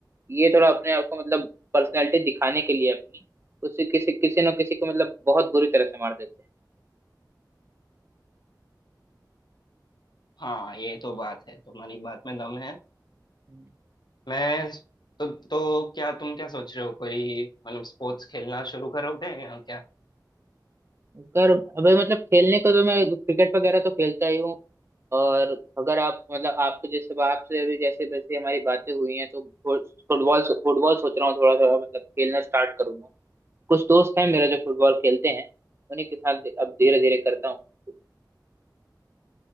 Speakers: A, on the right; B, on the left.
A: ये थोड़ा अपने आप को मतलब पर्सनैलिटी दिखाने के लिए अपनी उससे किसी किसी न किसी को मतलब बहुत बुरी तरह से मार देते हैं
B: हाँ ये तो बात है तुम्हारी बात में दम है
A: हम्म।
B: मैं तो तो क्या तुम क्या सोच रहे हो कोई मतलब स्पोर्ट्स खेलना शुरू करोगे या क्या
A: अगर अभी मतलब खेलने को तो मैं क्रिकेट वगैरह तो खेलता ही हूँ और अगर आप मतलब आपके जैसे आपसे अभी जैसे वैसे हमारी बातें हुई हैं तो फुट- फुटबॉल फुटबॉल सोच रहा हूँ थोड़ा थोड़ा मतलब खेलना स्टार्ट करूंगा कुछ दोस्त हैं मेरा जो फुटबॉल खेलते हैं उन्हीं के साथ दे- अब धीरे धीरे करता हूँ